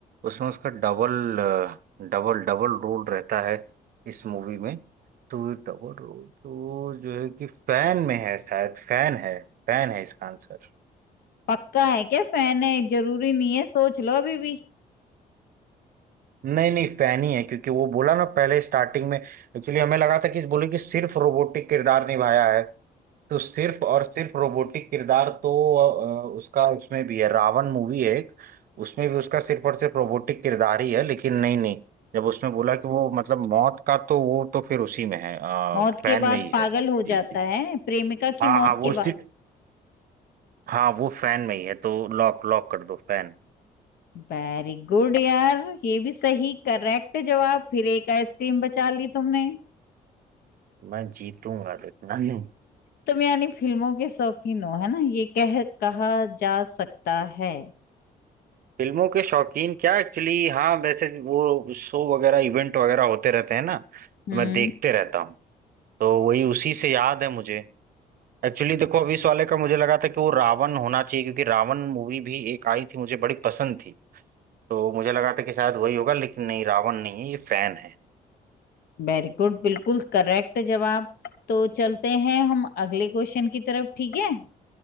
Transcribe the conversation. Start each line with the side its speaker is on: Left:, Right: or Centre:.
Right: उसमें उसका डबल डबल डबल रोल रहता है इस मूवी में तो डबल रोल तो जो है कि फैन में है शायद फैन है फैन है इसका आंसर
Left: पक्का है क्या फैन है जरूरी नहीं है सोच लो अभी भी
Right: नहीं नहीं फैन ही है क्योंकि वो बोला ना पहले स्टार्टिंग में एक्चुअली हमें लगा था कि बोले कि सिर्फ रोबोटिक किरदार निभाया है तो सिर्फ और सिर्फ रोबोटिक किरदार तो अ, उसका उसमें भी है रावण मूवी है एक उसमें भी उसका सिर्फ और सिर्फ रोबोटिक किरदार ही है लेकिन नहीं नहीं जब उसमें बोला कि वो मतलब मौत का तो वो तो फिर उसी में है
Left: मौत
Right: फैन
Left: के बाद
Right: में ही है
Left: पागल हो
Right: जी
Left: जाता
Right: जी
Left: है प्रेमिका की
Right: हाँ
Left: मौत
Right: हाँ वो
Left: के
Right: उसी
Left: बाद
Right: हाँ वो फैन में ही है तो लॉक लॉक कर दो फैन
Left: वेरी गुड यार ये भी सही करेक्ट जवाब फिर एक आइसक्रीम बचा ली तुमने
Right: मैं जीतूंगा देखना हम्म।
Left: तुम यानी फिल्मों के शौकीन हो है ना ये कह कहा जा सकता है
Right: फिल्मों के शौकीन क्या एक्चुअली हाँ वैसे वो शो वगैरह इवेंट वगैरह होते रहते हैं ना
Left: हम्म
Right: तो मैं देखते रहता हूँ तो वही उसी से याद है मुझे एक्चुअली देखो अभी इस वाले का मुझे लगा था कि वो रावण होना चाहिए क्योंकि रावण मूवी भी एक आई थी मुझे बड़ी पसंद थी तो मुझे लगा था कि शायद वही होगा लेकिन नहीं रावण नहीं है ये फैन है
Left: वेरी गुड बिल्कुल करेक्ट जवाब तो चलते हैं हम अगले क्वेश्चन की तरफ ठीक है